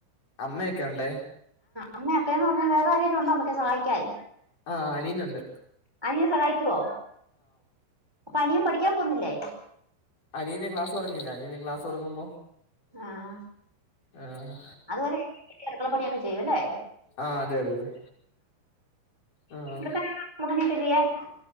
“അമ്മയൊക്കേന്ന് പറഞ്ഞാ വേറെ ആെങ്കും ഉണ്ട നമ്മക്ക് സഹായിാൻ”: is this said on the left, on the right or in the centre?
Centre